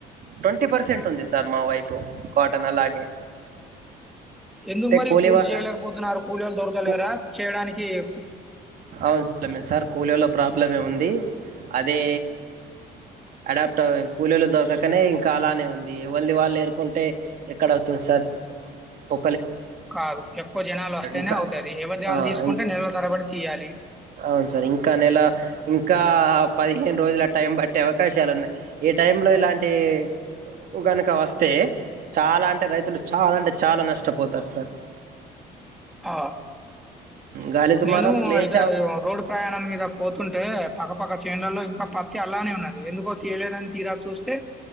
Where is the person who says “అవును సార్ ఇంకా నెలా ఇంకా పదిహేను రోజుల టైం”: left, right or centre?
Right